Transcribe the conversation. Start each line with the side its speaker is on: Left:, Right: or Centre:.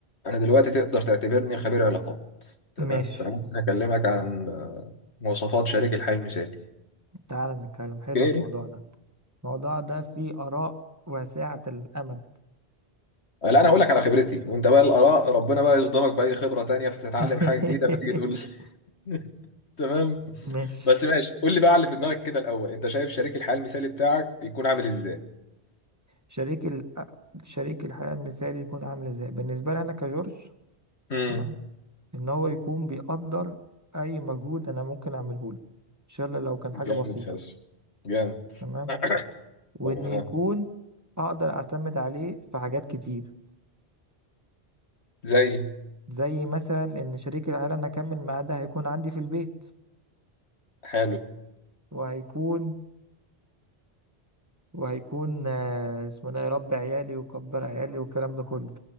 Left: انا دلوقتي تقدر تعتبرني خبير علاقات تمام
Right: ماشي
Left: فانا ممكن اكلمك عن آه، مواصفات شريك الحياة المثالي
Right: تعال نتكلم حلو
Left: اوكي
Right: الموضوع ده الموضوع ده فيه آراء واسعة الأمد
Left: آه، لا انا هقول لك على خبرتي وانت بقى الاراء ربنا بقى يصدمك باي خبرة تانية فتتعلم
Right: <laughs>
Left: حاجة جديدة فتيجي تقول لي. <laughs> تمام
Right: ماشي
Left: بس ماشي قول لي بقى على اللي في دماغك كده الاول انت شايف شريك الحياة المثالي بتاعك يكون عامل ازاي
Right: شريك ال... شريك الحياة المثالي يكون عامل ازاي بالنسبة لي أنا كجورج
Left: امم
Right: تمام إن هو يكون بيقدر أي مجهود أنا ممكن أعمله له إن شاء الله لو كان
Left: جامد
Right: حاجة بسيطة
Left: فشخ جامد
Right: تمام
Left: <clears throat> <laughs>
Right: وإن
Left: تمام
Right: يكون أقدر أعتمد عليه في حاجات كتير
Left: زي
Right: زي مثلا إن شريك الحياة اللي أنا أكمل معاه ده هيكون عندي في البيت
Left: حلو
Right: وهيكون وهيكون آه، اسمه ده يربي عيالي ويكبر عيالي والكلام ده كله